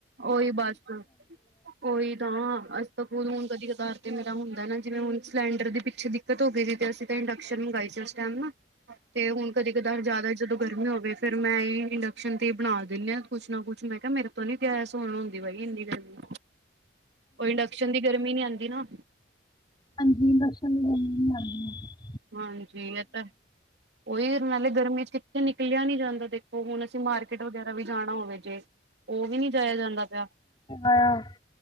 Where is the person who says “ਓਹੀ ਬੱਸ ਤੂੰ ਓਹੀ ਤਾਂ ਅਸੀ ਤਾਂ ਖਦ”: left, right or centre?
Right